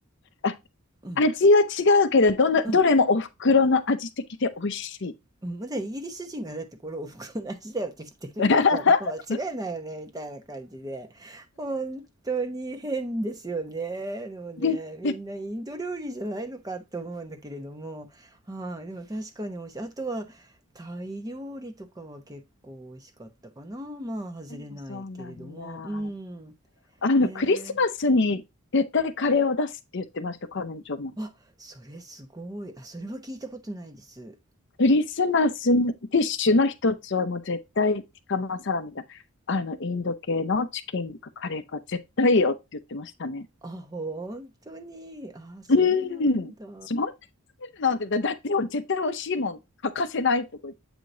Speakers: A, on the left; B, on the right.
A: あ、
B: うん、
A: 味は違うけど、どの、
B: うん、
A: どれもお袋の味的で美味しい。
B: うん、まだイギリス人がだってこれおふくろの味だよって言ってるんだからもう間違いないよねみたいな感じで本当に変ですよねでもねみんなインド料理じゃないのかと思うんだけれどもはいでも確かに美味しいあとはタイ料理とかは結構美味しかったかなまあ外れないけれどもうんね
A: <laughs> で、で、うんもそうなんだ。あの、
B: え
A: クリスマスに絶対カレーを出すって言ってました、彼女も。
B: あそれすごいあそれは聞いたことないです
A: クリスマスディッシュの一つはもう絶対ティカマサラみたいな。あの、インド系のチキンかカレーか絶対いいよって言ってましたね。
B: あ、本当に。あ、そうなんだ。
A: うん。そんなに食べるなんて、だだって絶対美味しいもん欠かせないとか言って。